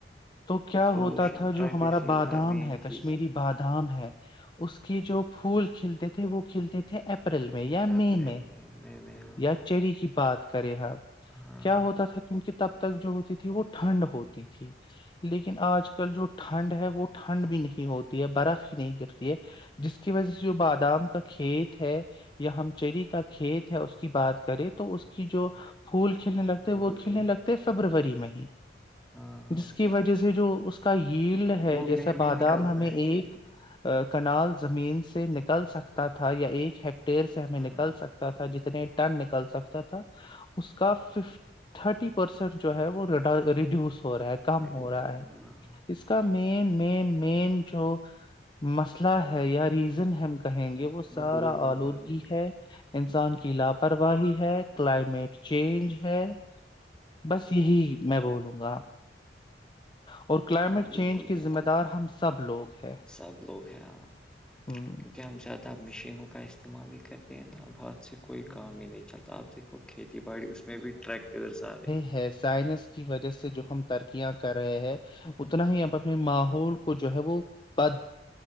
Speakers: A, on the left (about 25°); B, in the centre.
A: تو کیا
B: پولوشن
A: ہوتا تھا
B: ٹریفک
A: جو ہمارا
B: سے ہی
A: بادام
B: ہوتا مین
A: ہے کشمییر
B: چیز
A: بادام ہے اس کے جو پھول کھلتے تھے وہ کھلتے تھے اپ اپریل میں یا مئی
B: اپریل
A: میں
B: مئی میں ہاں
A: یا چری کی بات کریں آ
B: ہاں
A: کیا ہوتا تھا کیونک تب تک جو ہوتی تھی وہ ٹھنڈ ہوتی تھی لیکن آج کل جو ٹھنڈ ہے وہ ٹھنڈ بھی نہیں ہوتی ہے برف ہی نہیں گرتی ہے جس کی وجہ سے جو بادام کا کھیت ہے یا ہم چری کا کھیت ہے اس کی بات کریں تو اس کی جو پھول کھلنے لگتا
B: بول
A: وہ کھیلنے
B: کے
A: لگتے فیبروری میں ہی
B: ہاں ہاں
A: جس
B: پھر
A: کی وجہ سے جو اس کو کا ل ہے
B: وہ مئی
A: جیسا
B: میں
A: بادام
B: نکلتا
A: ہمیں
B: ہے
A: ایک
B: چری
A: کنال زمین سے نکل سکتا تھا یا ایک ہیٹئر سے ہمیں
B: ہاں
A: نکل سک تھا جتنے ٹن نکل سکتا تھا اس کا فف تھرٹی پرسینٹ جو ہے وہ ریڈیوس ہو رہا ہے کم
B: ریڈیوس
A: ہو رہا
B: ہاں
A: ہے اس کا مین مین مین جو مسئلہ ہے یا ریزن ہم کہیں گے وہ سارا
B: گلوبل
A: آلودگی
B: وارمنگ
A: ہے انسان کی لاپرواہی ہے کلائمیٹ چینج ہے بس یہی میں بولوں گا اور کلائمیٹ
B: ہاں بالکل
A: چینج کے
B: بالکل
A: ذمہ دار
B: آ
A: ہم سب لوگ ہیں
B: سب لوگ ہیں ہاں
A: ہ
B: کیونکہ ہم زیادہ ا مشینوں کا استعمال ہی کر رہ ہیں نا اب ہاتاد سے کوئی
A: ہوں
B: کام ہی نہیں چلتا آپ دیکھو کھیتی باڑی اس میں بھی ٹریکٹرس آ رہے
A: ہے سائنس کی وجہ سے جو ہم ترکیاں کر رہے ہیں اتنا ہی ا اپنے ماحول کو جو ہے وہ بد